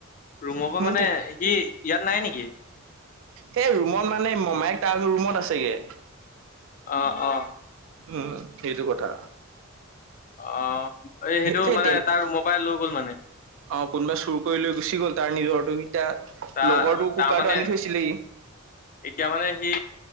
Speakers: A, on the left; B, on the right.
A: ৰুমৰ পৰা
B: মোৰ
A: মানে সি ইয়াত নাই নেকি?
B: সেই ৰুমত মানে মমায়ক তাৰ ৰুমত আছেগে।
A: অ, অ।
B: উম সেইটো কথা।
A: অ এই সেইটো
B: সেইটোৱে
A: মানে তাৰ ৰুমত পৰা লৈ গ'ল মানে।
B: অ কোনোবা চুৰ কৰি লৈ গুচি গ'ল তাৰ নিজৰটো। এতিয়া
A: তাৰ
B: লগৰটো কুকাৰটো
A: তাৰ মানে
B: আনি থৈছিলে ই
A: এতিয়া মানে সি।